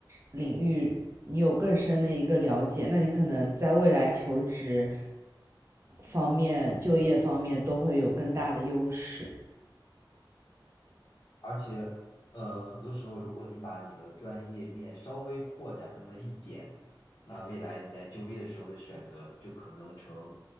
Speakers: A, on the right (about 35°); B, on the left (about 50°).
A: 领域你有更深的一个了解，那你可能在未来求职方面、就业方面都会有更大的优势。
B: 而且，呃，很多时候，如果你把你的专业面稍微扩展那么一点，那未来你在就业的时候的选择就可能成，